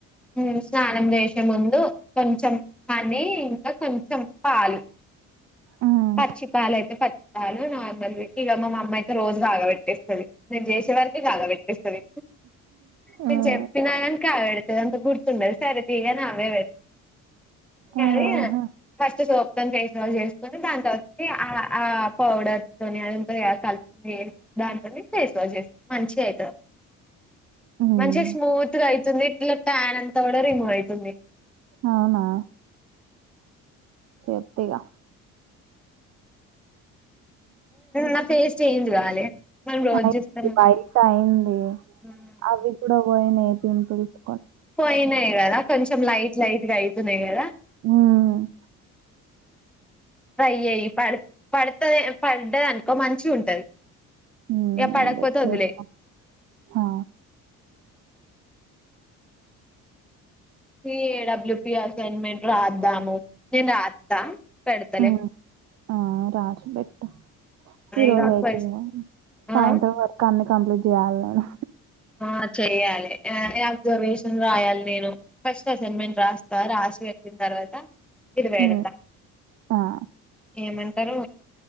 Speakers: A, in the centre; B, on the right (about 40°).
A: ఉమ్ స్నానం చేసే ముందు కొంచెం హానీ ఇంకా కొంచెం పాలు
B: ఉమ్,
A: పచ్చి పాలయితే పచ్చలు నార్మల్ ఇక మా అమ్మ అయితే రోజు కాగబెట్టేస్తుంది నేను చేసే వరకి కాగబట్టి స్థాధి నేను
B: ఉమ్,
A: చెప్పినా గానీ కగబెడుతది అంత గుర్తుండాలి సర తీగా నా అవే పెడ
B: ఆహా
A: అది ఫస్ట్ సోప్తం చేసిన వాళ చేసుకొని దాని తచ్చటి ఆ ఆ పౌడర్ తోని అ కలిపి దాంతో ఫేస్ వాష్ చేస్తా మంచిగ అవుత
B: ఉమ్.
A: మంచి స్మూత్గా అవుతుంది ఇట్లా టాన్ అంత తా కూడా రిమూవ్ అవుతుంది
B: అవునా చేతిగా
A: నా ఫేస్ చేంజ్ కాలే మనం రోజు
B: అయి
A: చూస్తాం
B: బయట అయింది
A: ఉమ్
B: అవి కూడా పోయినాయి పిన్పుల్స్
A: పోయినాయి కదా కొంచెం లైట్ లైట్గా అయితున్నాయి కదా
B: ఉమ్
A: ట్రై చేయి ప పడుతది పడ్దది అనుకో మంచిగ ఉంటది
B: ఉమ్,
A: పడకుపోతే
B: అదే చేస్తాం
A: వదిలేయి
B: ఆ
A: ఏడబ్ల్యూ ప అసైన్మెంట్ రాద్దాము నేను రాద్దా పేడతలే
B: ఉమ్ ఆ రాసి పెట్టు ఈ
A: ఇగ
B: రోజు అవుతుంది
A: ఫస్ట్
B: మీ సాయంత్రం
A: ఆ
B: వరకు అమె కంప్లీట్ చేయాల నేను
A: ఆ చెయ్యాలి అబ్జర్వేషన్ రాయాలి నేను ఫస్ట్ అసైన్మెంట్ రాస్తా రా సి పెట్టిన తర్వాత ఇది పెడతా
B: ఉమ్, ఆ
A: ఏమంటారు